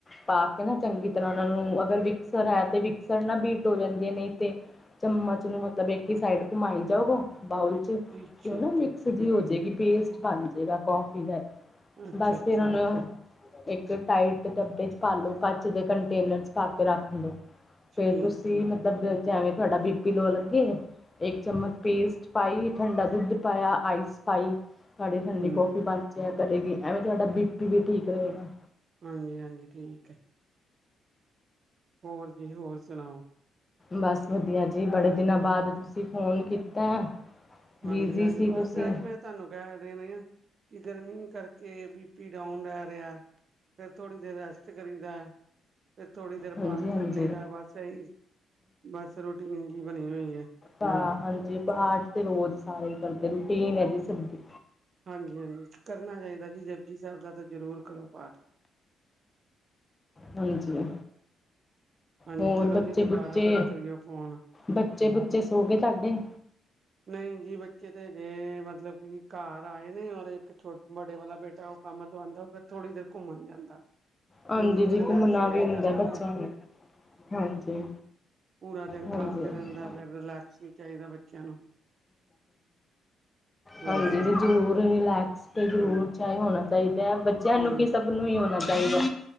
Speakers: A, on the left; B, on the right.
A: ਪਾ ਕੇ ਨਾ ਚੰਗੀ ਤਰ੍ਹਾਂ ਉਹਨਾਂ ਨੂੰ ਅਗਰ ਵਿਕਸਰ ਹੈ ਤੇ ਵਿਕਸਰ ਨਾ ਬੀਟ ਹੋ ਜਾਂਦੀ ਹੈ ਨਹੀਂ ਤੇ, ਚਮਚ ਨੂੰ ਮਤਲਬ ਇੱਕ ਹੀ ਸਾਈਡ ਘੁਮਾਈ ਜਾਊ ਬਾਊਲ ਚ,
B: ਠੀਕ
A: ਤੇ
B: ਠੀਕ
A: ਉਹ ਨਾ ਮਿਕਸ
B: ਠੀਕ
A: ਜੀ ਹੋਜੇ ਗੀ ਪੇਸਟ ਬਣ ਜਾਏਗਾ ਕੌਫੀ ਦਾ,
B: ਅੱਛਾ
A: ਬਸ
B: ਅੱਛਾ
A: ਫਿਰ ਹੁਣ, ਇੱਕ ਟਾਈਟ ਡੱਬੇ ਚ ਪਾ ਲੋ ਕੱਚ ਦੇ ਕੰਟੇਨਰ ਚ ਪਾ ਕੇ ਰੱਖ ਲਓ। ਫੇਰ
B: ਠੀਕ
A: ਤੁਸੀਂ
B: ਠੀਕ
A: ਮਤਲਬ
B: ਹੈ
A: ਜਿਵੇਂ ਤੁਹਾਡਾ ਬੀ ਪੀ ਲੋ ਲੱਗੇ, ਇੱਕ ਚਮਚ ਪੇਸਟ ਪਾਈ ਠੰਡਾ ਦੁੱਧ ਪਾਇਆ ਆਈਸ ਪਾਈ, ਸਾਡੀ ਠੰਡੀ
B: ਹਮ
A: ਕੌਫੀ ਬਣਚਿਆ ਕਰੇਗੀ ਐਵੇਂ ਤੁਹਾਡਾ ਬੀ ਪੀ ਵੀ ਠੀਕ ਰਹੇਗਾ।
B: ਹਾਂਜੀ-ਹਾਂਜੀ, ਠੀਕ ਹੈ। ਹੋਰ ਜੀ ਹੋਰ ਸੁਣਾਓ।
A: ਬਸ ਵਧੀਆ ਜੀ ਬੜੇ ਦਿਨਾਂ ਬਾਅਦ ਤੁਸੀਂ ਫੋਨ ਕੀਤਾ ਹੈ।
B: ਹਾਂਜੀ-ਹਾਂਜੀ,
A: ਬਿਜ਼ੀ ਸੀ
B: ਬਸ
A: ਤੁਸੀਂ
B: ਆਹੀ ਮੈਂ, ਤੁਹਾਨੂੰ ਕਹਿ ਰਹੇ ਨੇ, ਆ ਕਿ ਗਰਮੀ ਕਰਕੇ ਬੀ ਪੀ ਡਾਊਨ ਰਹਿ ਰਿਹਾ। ਫੇਰ ਥੋੜ੍ਹੀ ਦੇਰ ਰੈਸਟ ਕਰੀ ਦਾ। ਫਿਰ ਥੋੜੀ ਦੇਰ
A: ਹਾਂਜੀ
B: ਪਾਠ
A: ਹਾਂਜੀ
B: ਕਰ ਲਈਦਾ ਬਸ ਇਹੀ, ਬਸ ਰੋਟੀਨ ਇੰਜ ਬਣੀ ਹੋਈ ਹੈ।
A: ਹਾਂ, ਹਾਂਜੀ। ਪਾਠ ਤੇ ਰੋਜ਼ ਸਾਰੇ ਕਰਦੇ ਰੂਟੀਨ ਹੈ ਜੀ ਸਾਡੀ।
B: ਹਾਂਜੀ -ਹਾਂਜੀ ਕਰਨਾ ਚਾਹੀਦਾ ਜੀ ਜਪਜੀ ਸਾਹਿਬ ਦਾ ਤਾਂ ਜ਼ਰੂਰ ਕਰੋ ਪਾਠ।
A: ਹਾਂਜੀ।
B: ਹਾਂਜੀ
A: ਹੋਰ
B: ਚਲੋ
A: ਬੱਚੇ-
B: ਜੀ ਦੁਬਾਰਾ
A: ਬੁੱਚੇ
B: ਫਿਰ ਕਰੀਓ ਫੋਨ
A: ਬੱਚੇ- ਬੁੱਚੇ ਸੋ ਗਏ ਤੁਹਾਡੇ?
B: ਨਹੀਂ ਜੀ ਬੱਚੇ ਤੇ ਜੇ, ਮਤਲਬ ਕਿ ਘਰ ਆਏ ਨੇ ਔਰ ਇੱਕ ਬਡੇ ਵਾਲਾ ਬੇਟਾ ਉਹ ਕੰਮ ਤੋਂ ਆਉਂਦਾ ਫਿਰ ਥੋੜ੍ਹੀ ਦੇਰ ਘੁੰਮਣ ਜਾਂਦਾ। ਕਿ
A: ਹਾਂਜੀ
B: ਉਹਨੂੰ ਵੀ
A: ਜੀ
B: ਰਿਲੈਕਸ
A: ਘੁੰਮਣਾ
B: ਚਾਹੀਦਾ
A: ਵੀ ਹੁੰਦਾ
B: ਨਾ।
A: ਬੱਚਿਆਂ ਨੂੰ ਹਾਂਜੀ
B: ਪੂਰਾ ਦਿਨ
A: ਹਾਂਜੀ
B: ਕੰਮ ਤੇ ਰਹਿੰਦਾ ਫਿਰ ਰਿਲੈਕਸ ਵੀ ਚਾਹੀਦਾ ਬੱਚਿਆਂ ਨੂੰ। ਹਾਂਜੀ
A: ਹਾਂਜੀ-ਹਾਂਜੀ ਜੀ ਜ਼ਰੂਰ ਰਿਲੈਕਸ। ਅਤੇ ਜ਼ਰੂਰ ਚਾਹੇ ਹੋਣਾ ਚਾਹੀਦਾ ਹੈ ਬੱਚਿਆਂ
B: ਹਾਂ
A: ਨੂੰ
B: ਹਾਂਜੀ
A: ਕਿ ਸਭ ਨੂੰ ਹੀ ਹੋਣਾ ਚਾਹੀਦਾ।